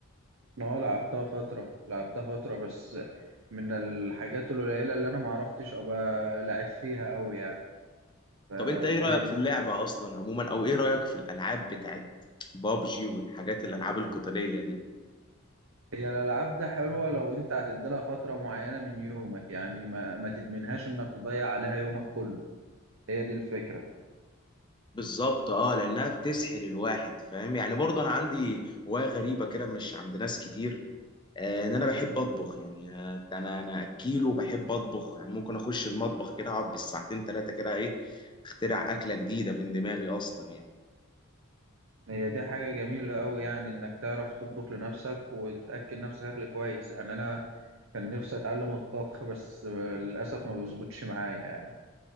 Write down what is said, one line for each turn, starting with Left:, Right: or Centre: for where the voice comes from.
Right: ما هو لعبتها فترة لعبتها فترة بس من الحاجات القليلة اللي أنا معرفتش أبقى لعب فيها أوي يعني فهي
Left: طب انت ايه رايك
Right: دي
Left: في اللعبه اصلا عموما او ايه رايك في الالعاب بتاعت بابجي والحاجات الالعاب القتاليه دي
Right: هي الألعاب ده حلوة لو أنت هتديلها فترة معينة من يومك يعني ما, ما تدمنهاش إنك تضيع عليها يومك كله هي دي الفكرة
Left: بالظبط اه لانها بتسحل الواحد فاهم يعني برضه انا عندي هوايه غريبه كده مش عند ناس كتير آه ان انا
Right: مم.
Left: بحب اطبخ يعني آه انا انا اكيل وبحب اطبخ يعني ممكن اخش المطبخ كده اقعد بالساعتين ثلاثه كده ايه اخترع اكله جديده من دماغي اصلا يعني
Right: هي دي حاجة جميلة أوي يعني إنك تعرف تطبخ لنفسك وتأكل نفسك أكل كويس يعني أنا كان نفسي أتعلم الطبخ بس للأسف ما بيظبطش معايا يعني